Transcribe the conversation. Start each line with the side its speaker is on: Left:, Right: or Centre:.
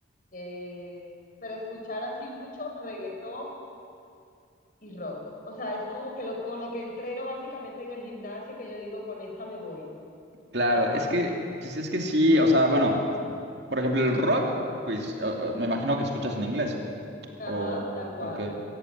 Left: eh, pero escuchar así mucho reggaetón y rock. O sea, es como que lo, con lo que entreno básicamente en el gimnasio, que yo digo, con esta me voy,
Right: Claro,
Left: tal cual.
Right: es que, pues es que sí, o sea, bueno, por ejemplo, el rock, pues o- o me imagino que escuchas en inglés,
Left: Ajá,
Right: o,
Left: tal cual.
Right: o qué.